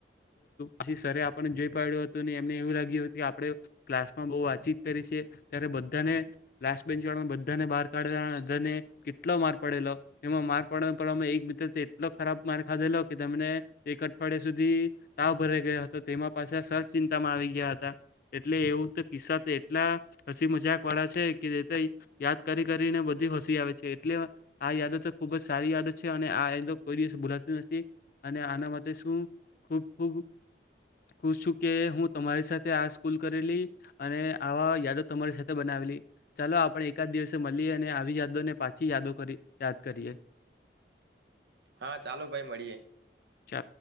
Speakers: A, on the left; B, on the right.
A: પછી સરરે આપણને જોઈ પાડ્યું હતું એમને એવું લાગ્યું હતું આપણે ક્લાસ માં બહુ વાતચીત કરી છે ત્યારે બધાને ક્લાસ બેન્ચ વાળામાં બધાને બહાર કાઢેલા અધરને કેટલો માર પાડેલો એમાં માર પાડવાડવામાં એક મિત્ર એટલો ખરાબ માર ખાધેલો કે તને એક અઠવાડિયા સુધી તાવ ભરા ગયો હતો તેમાં પાછ સર ચિંતામાં આવી ગયા હતા એટલે એવું તો કિસ્સા તો એટલા હસી મજાક વાળા છે કે યાદ કરી કરીને બધી હસી આવે છે એટલે આ યાદો તો ખુબ જ સારી યાદ છે અને આ યાદો કોઈ દિવસ ભોલાતી નથી અને આના માટે શું ખૂબ ખૂબ ખુશ છું કે હું તમારી સાથે આ સ્કૂલ કરેલી અને આવા યાદો તમારી સાથે બનાવેલી ચાલો આપણે એકાદ દિવસે મળીએ અને આવી યાદોને પાછી યાદો કરી યાદ કરીએ.
B: હા ચાલો ભાઈ મળીએે.
A: ચ